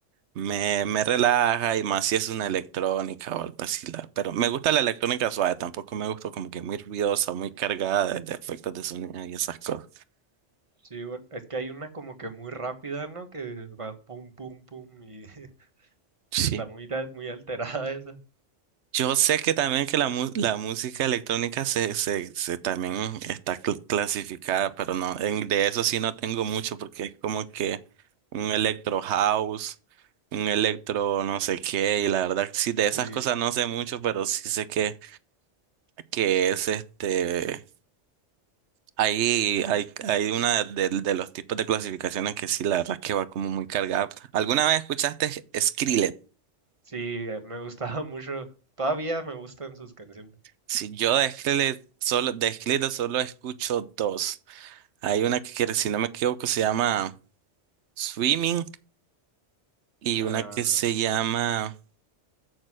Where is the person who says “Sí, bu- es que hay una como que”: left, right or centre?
Right